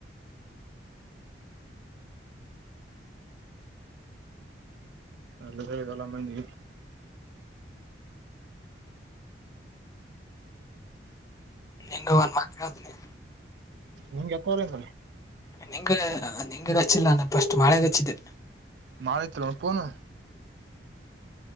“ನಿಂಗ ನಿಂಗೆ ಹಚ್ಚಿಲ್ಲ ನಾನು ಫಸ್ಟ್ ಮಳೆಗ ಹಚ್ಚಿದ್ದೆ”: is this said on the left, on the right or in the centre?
Left